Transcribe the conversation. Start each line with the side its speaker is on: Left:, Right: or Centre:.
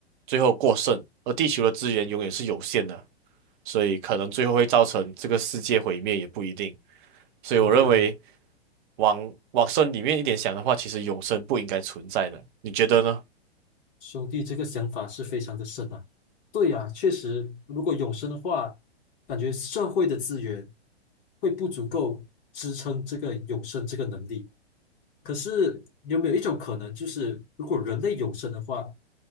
Right: 最后过剩，而地球的资源永远是有限的，所以可能最后会造成这个世界毁灭也不一定。所以我认为
Left: 兄弟的。
Right: 往往深里面一点想的话，其实永生不应该存在的，你觉得呢？
Left: 兄弟，这个想法是非常的深啊。对呀，确实，如果永生的话，感觉社会的资源会不足够支撑这个永生这个能力。可是有没有一种可能，就是如果人类永生的话，